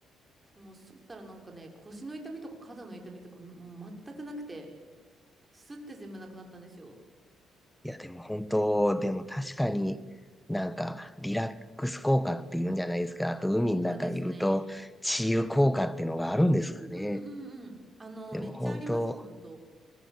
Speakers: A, on the right (about 20°); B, in the centre.
A: もうそったらなんかね、腰の痛みとか肩の痛みとかもう全くなくて、スッて全部なくなったんですよ。
B: いや、でも本当、でも確かになんかリラックス効果っていうんじゃないですか。あと海の中いると治癒効果っていうのがあるんですかね。
A: そうですね。うんうんうんうんうん。あの、
B: でも本当、
A: めっちゃあります、本当。